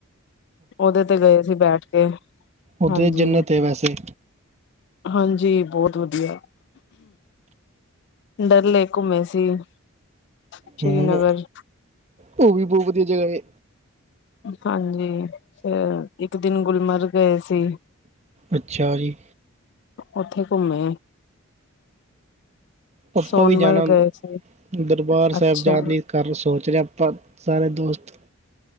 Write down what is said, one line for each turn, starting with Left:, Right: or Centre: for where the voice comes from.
Left: ਉਹਦੇ ਤੇ ਗਏ ਸੀ ਬੈਠ ਕੇ।
Right: ਉੱਥੇ
Left: ਹਾਂਜੀ
Right: ਤਾਂ ਜੰਨਤ ਏ ਵੈਸੇ।
Left: ਹਾਂਜੀ ਬਹੁਤ ਵਧੀਆ। ਡਲ ਲੇਕ ਘੁੰਮੇ ਸੀ, ਸ੍ਰੀਨਗਰ।
Right: ਹਮ, ਉਹ ਵੀ ਬਹੁਤ ਵਧੀਆ ਜਗ੍ਹਾ ਏ।
Left: ਹਾਂਜੀ ਫਿਰ ਇੱਕ ਦਿਨ ਗੁਲਮਰਗ ਗਏ ਸੀ।
Right: ਅੱਛਾ ਜੀ।
Left: ਉੱਥੇ ਘੁੰਮੇ।
Right: ਆਪਾ
Left: ਸੋਨਮਰਗ
Right: ਵੀ ਜਾਣਾ,
Left: ਗਏ ਸੀ
Right: ਦਰਬਾਰ
Left: ਅੱਛਾ
Right: ਸਾਹਿਬ ਜਾਣ ਕੇ ਸੋਚ ਰਹੇ ਆਪਾਂ ਸਾਰੇ ਦੋਸਤ।